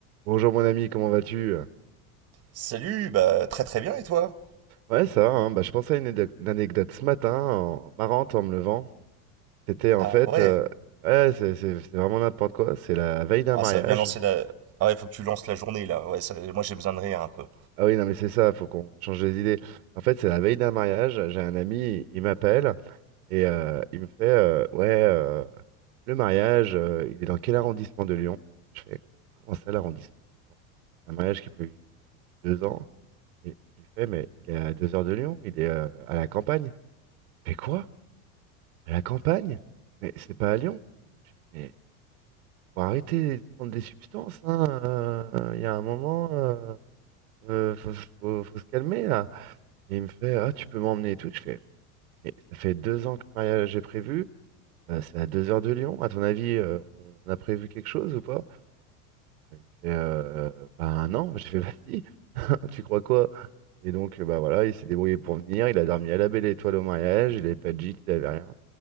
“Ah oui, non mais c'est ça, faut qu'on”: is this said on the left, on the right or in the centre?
Right